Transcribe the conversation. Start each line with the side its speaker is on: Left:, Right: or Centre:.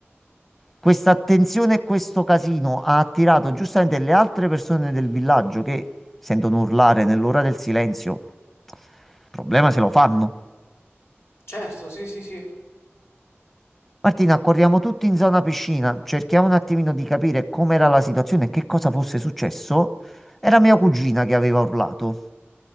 Centre: Questa attenzione e questo casino ha attirato giustamente le altre persone del villaggio che sentono urlare nell'ora del silenzio. Il problema se lo fanno.
Left: Certo, sì, sì, sì.
Centre: Martina, corriamo tutti in zona piscina, cerchiamo un attimino di capire com'era la situazione e che cosa fosse successo. Era mia cugina che aveva urlato.